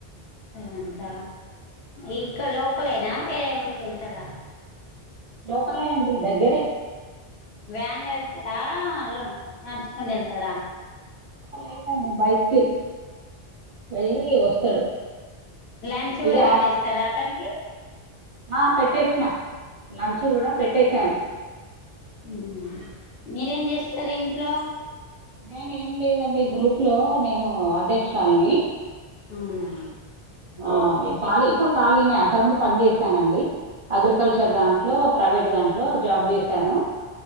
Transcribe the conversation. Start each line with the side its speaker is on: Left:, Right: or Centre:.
Left: అంత ఇ లోకలేనా వేరే ఊరికెళ్తడా
Right: లోకలే అండి దగ్గరే
Left: వ్యాన్ల వెళ్తాడా అళ నడుచుకుని వెళ్తాడా
Right: లేదండి బైస్కిల్ వెళ్ళి వస్తాడు
Left: లంచ్ కూడా
Right: ఇక
Left: పెట్టేస్తార అతనికి
Right: ఆ పెట్టేసిన లంచ్ కూడా పెట్టేసాను
Left: హ్మ్ మీరేం చేస్తారు ఇంట్లో
Right: నేను ఏం లేదండి గ్రూప్ లో నేను అధ్యక్షురాలిని
Left: అవునా
Right: ఆ ఖాళీ ఇప్పుడు ఖాళీనే అంతకు ముందు పని చేశానండి అగ్రికల్చర్ దాంట్లో ప్రైవేట్ దాంట్లో జాబ్ చేశాను